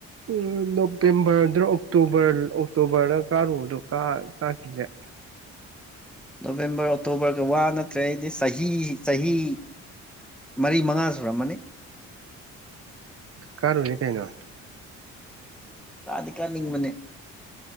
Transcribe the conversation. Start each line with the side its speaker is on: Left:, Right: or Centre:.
Right: ꯎ ꯅꯣꯕꯦꯝꯕꯔꯗ ꯑꯣꯛꯇꯣꯕꯔ ꯑꯣꯛꯇꯣꯕꯔꯗ ꯀꯥꯔꯨꯕꯗꯣ ꯀꯥ ꯀꯥꯈꯤꯗ꯭ꯔꯦ꯫
Centre: ꯅꯣꯕꯦꯝꯕꯔ ꯑꯣꯛꯇꯣꯕꯔꯒ ꯋꯥ ꯅꯠꯇ꯭ꯔꯦ ꯑꯩꯗꯤ ꯆꯍꯤ ꯆꯍꯤ ꯃꯔꯤ ꯃꯉꯥ ꯁꯨꯔꯝꯑꯅꯤ꯫
Right: ꯀꯥꯔꯨꯔꯦ ꯀꯩꯅꯣ꯫
Centre: ꯀꯥꯗꯤ ꯀꯥꯅꯤꯡꯕꯅꯦ꯫